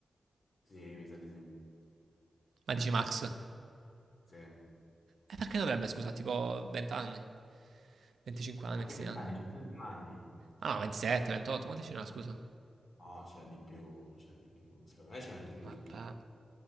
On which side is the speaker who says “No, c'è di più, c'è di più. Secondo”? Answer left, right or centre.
Left